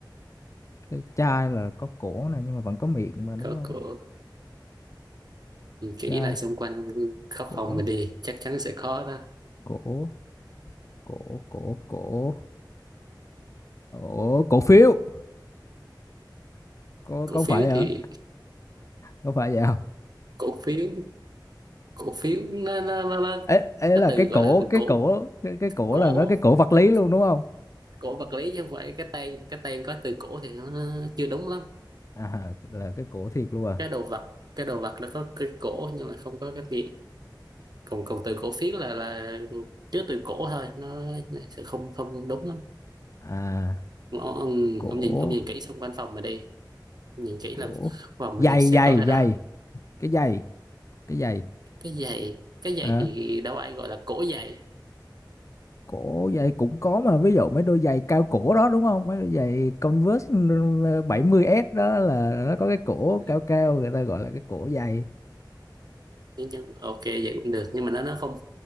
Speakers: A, on the left (about 40°); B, on the right (about 55°).
A: Cái chai là có cổ này nhưng mà vẫn có miệng mà đúng
B: có
A: không?
B: cổ. Nhìn kỹ
A: Chai
B: lại xung quanh khắp
A: cổ
B: phòng mình đi, chắc chắn sẽ có đó.
A: cổ cổ cổ cổ cổ cổ phiếu có
B: Cổ
A: có
B: phiếu
A: phải hả
B: thì
A: có phải vậy không
B: cổ phiếu, cổ phiếu nó nó nó nó,
A: ấy ấy
B: nó
A: là
B: từ
A: cái
B: gọi
A: cổ
B: là từ
A: cái
B: cổ
A: cổ cái, cái cổ
B: cổ
A: là nó cái cổ vật
B: có
A: lý luôn đúng không
B: cổ vật lý chứ không phải cái tên cái tên có từ cổ thì nó chưa đúng lắm
A: à là cái cổ thiệt luôn à
B: cái đồ vật cái đồ vật nó có cái cổ nhưng mà không có cái miệng còn còn từ cổ phiến là là chứa từ cổ thôi nó sẽ không không đúng lắm
A: à
B: ông, ông
A: cổ
B: ông nhìn ông nhìn kỹ xung quanh phòng mà đi nhìn kỹ
A: cổ
B: là phòng
A: giày
B: mà đi sẽ
A: giày
B: có cái
A: giày
B: đó
A: cái giày cái giày
B: cái giày cái giày
A: à,
B: thì đâu ai gọi là cổ giày
A: cổ giày cũng có mà ví dụ mấy đôi giày cao cổ đó đúng không mấy đôi giày Converse ừ, bảy mươi s đó là nó có cái cổ
B: Ừ.
A: cao cao người ta gọi là cái cổ giày
B: nhưng, nhưng ok vậy cũng được nhưng mà nó nó không